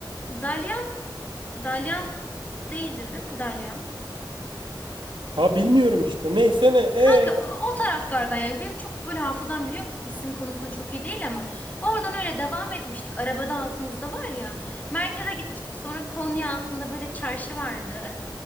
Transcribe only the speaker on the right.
Ha bilmiyorum işte. Neyse ne. E,